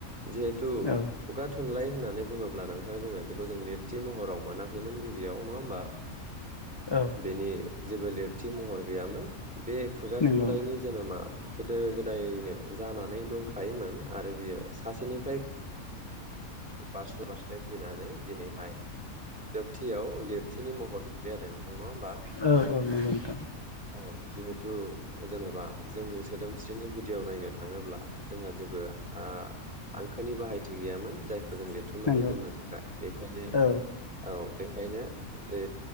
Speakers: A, in the centre; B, on the left.
A: जिहेतु
B: औ
A: खुगा थुनलाय होनना नानै बुङोब्ला नोंथां जोङो जों लिरथि महराव मोनाखैमोन गिबियाव नङा होमबा
B: औ
A: बेनि जेबो लिर थि महर गैयामोन बे खुगा
B: नंगौ
A: थुनलाइनि जोनोमा गोदो गोदायनो जानानै दंखायोमोन आरो बियो सासे निफ्राय बारस्लाय बारस्लाय फैनानै दिनैहाय जोब थियाव लिरथिनि महर मोनबाय आरो नोंथां नङा होनबा
B: औ औ नंगौ नोंथां
A: औ जिहेथु जेन'बा जोंनि सोदोमस्रिनि गुदियाव नायनो थाङोब्ला जोंहा जेबो ओ हांखोनि बाहायथि गैयामोन जाय फोरजों लिरथुमनानै
B: नंगौ
A: दोननो थाखाय बेखायनो
B: औ
A: औ बेखायनो जे